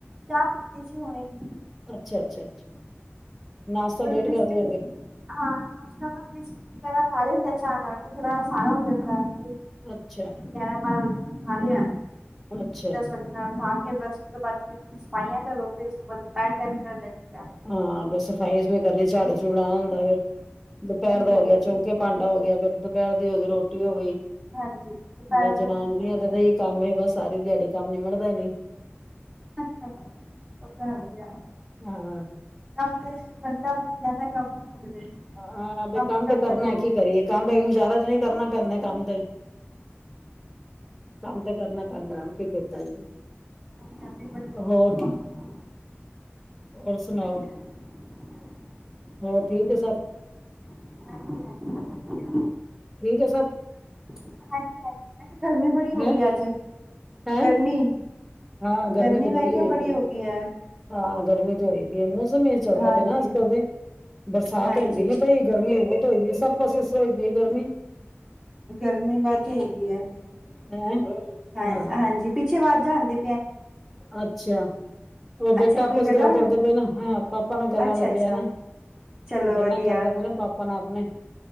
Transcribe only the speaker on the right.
ਚਾਹ ਪੀਤੀ ਸੀ ਹੁਣੇ ਈ।
ਬਸ
ਬਿਸਕਿਟ
ਹਾਂ ਨਾਸ਼ਤਾ, ਬਸ ਬਿਸਕੀਟ ਵੈਗੇਰਾ ਖਾ ਲਈਦਾ ਚਾਹ ਨਾਲ, ਤੇ ਥੋੜਾ ਅਸਾਰਾ ਹੋ ਜਾਂਦਾ ਏ।
ਗਿਆਰਾਂ ਬਾਰਾਂ ਵਜੇ ਨਾਲ ਖਾ ਲਿਆ।
ਦਸ ਵਜੇ ਨਾਲ ਖਾ ਕੇ, ਬਸ ਉਸ ਤੋਂ ਬਾਅਦ ਫਿਰ ਸਫਾਈਆਂ ਕਰੋ। ਫੇਰ ਉਸ ਕਰਨੇ ਜੀ ਜਾ <unintelligible>
ਹਾਂਜੀ
ਹਾਂਜੀ
ਠੀਕ,
ਹਾਂਜੀ ਦੁਪਹਿਰ
ਦਾ ਹੁਣ ਹੋ ਜਾਂਦਾ
ਫਿਰ
ਉਹ ਤਾਂ ਹੈ ਈ ਆ।
ਕੰਮ ਤੇ ਜ ਬੰਦਾ ਮੁੱਕ ਜਾਂਦਾ, ਕੰਮ ਨਈ ਮੁੱਕਦੇ।
ਵੀ ਕਰਦੇ
ਰਹੋ।
ਅੱਜ ਗਰਮੀ ਬੜੀ ਹੋ ਗਈ
ਹੈ ਬਹੁਤ
ਅੱਜ ਗਰਮੀ ਗਰਮੀ ਮੈਂ ਕਿਹਾ
ਬੜੀ ਹੋ ਗਈ ਹੈ। ਹਾਂਜੀ ਹਾਂਜੀ ਵਧੀਆ ਮੈਂ ਕਿਹਾ ਹਾਂਜੀ
ਹਾਂਜੀ-ਹਾਂਜੀ, ਮੈਂ ਕਿਹਾ ਗਰਮੀਂ ਬੜੀ ਹੋ
ਗਈ ਅੱਜ?
ਗਰਮੀ,
ਗਰਮੀ
ਮੈਂ ਕਿਆ
ਬੜੀ
ਹੋ ਗਈ ਹੈ।
ਹਾਂਜੀ
ਹਾਂਜੀ
ਗਰਮੀ ਵਾਦੁ ਹੋਈ ਦੀ ਏ।
ਹੈਂ?
ਹਾਂਜੀ, ਪਿੱਛੇ ਆਵਾਜ਼ਾ ਜਾਂਦੀ
ਅੱਛਾ
ਕੋਈ ਗੱਲਾਂ
ਕਰ
ਅੱਛਾ
ਅੱਛਾ
ਚਲੋ
ਵਧੀਆ